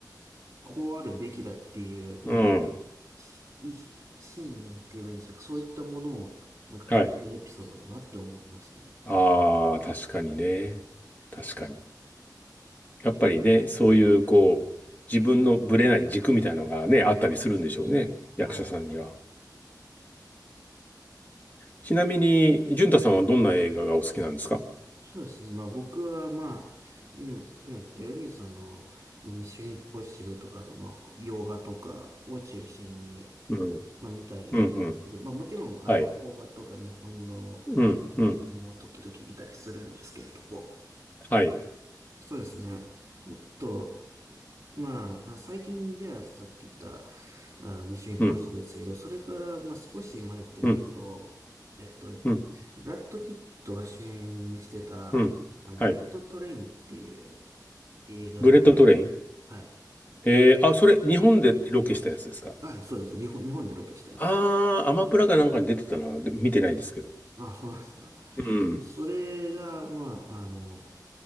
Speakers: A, on the right; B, on the left.
A: こうあるべきだっていう、なんか、
B: うん、
A: しい信念って言えばいいんでしょうか、そういったものを、なんか感じるエピソードだなって思いましたね。
B: はい。ああ、確かにね。確かに。やっぱりね、そういう、こう、自分のぶれない軸みたいなのがね、あったりするんでしょうね。役者さんには。
A: はい。
B: ちなみに、淳太さんはどんな映画がお好きなんですか
A: そうですね。まあ僕はまあ、今、今言ったように、その、ミッションインポッシブルとかの、まあ、洋画とかを中心に、
B: うん、
A: まあ見たりする、
B: うん、うん。
A: まあもちろん、
B: はい。
A: あの、邦画とか日本の作品も時々見たりするんですけれども、
B: うん、うん、はい。
A: そうですね。もっと、まあ、あ最近ではさっき言った、あの、ミッションインポッシブルですけど、
B: うん、
A: それから、まあ、少し前ってなると、
B: うん、
A: えっと、
B: うん、
A: ブラッド・ピットが主演してた、
B: うん。
A: あブレット・
B: はい。
A: トレインっていう映画が、
B: ブレットトレイン
A: はい。
B: えー、あ、それ、日本でロケしたやつですか
A: はい、そうです。日本、日本でロケしたやつです。
B: あー、アマプラかなんかに出てたな。で見てないですけど。
A: あ、そうなんですか。
B: うん。
A: それが、まあ、あの、